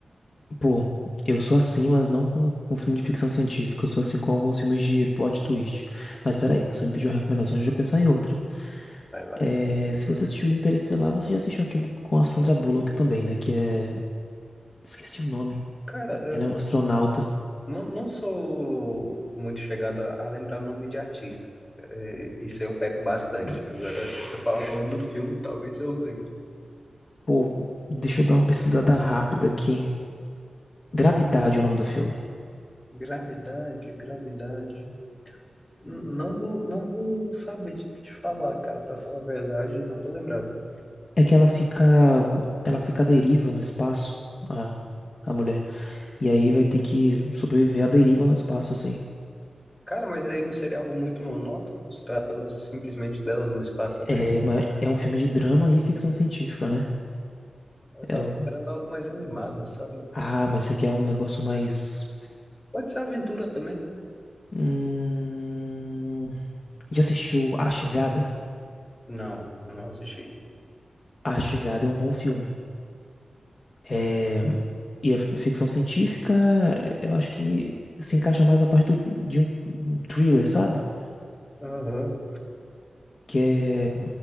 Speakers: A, on the left; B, on the left.
A: Pô, eu sou assim, mas não com, com filme de ficção científica. Eu sou assim com alguns filmes de plot twist. Mas peraí, você me pediu uma recomendação, deixa eu pensar em outra.
B: Vai lá.
A: É, se você assistiu Interestelar, você já assistiu aquele com a Sandra Bullock também, né? Que é. Esqueci o nome.
B: Cara,
A: Ela é uma astronauta.
B: Não, não sou muito chegado a, a lembrar nome de artista. É, isso eu peco bastante. Agora, se tu falar o nome do filme, talvez eu lembre.
A: Pô, deixa eu dar uma pesquisada rápida aqui. Gravidade é o nome do filme.
B: Gravidade, gravidade. N- Não vou, não vou saber te te falar, cara, pra falar a verdade, não tô lembrado.
A: É que ela fica. Ela fica à deriva no espaço, a, a mulher. E aí vai ter que sobreviver à deriva no espaço, assim.
B: Cara, mas aí não seria algo muito monótono, se tratando simplesmente dela no espaço
A: É,
B: dele.
A: mas é um filme de drama e ficção científica, né?
B: Eu tava
A: É o-
B: esperando algo mais animado, sabe?
A: Ah, mas isso aqui é um negócio mais.
B: Pode ser aventura também.
A: Hum... Já assistiu A Chegada?
B: Não, não assisti.
A: A Chegada é um bom filme. É... E a ficção científica, eu acho que se encaixa mais na parte do... de um thriller, sabe?
B: Aham.
A: Que é...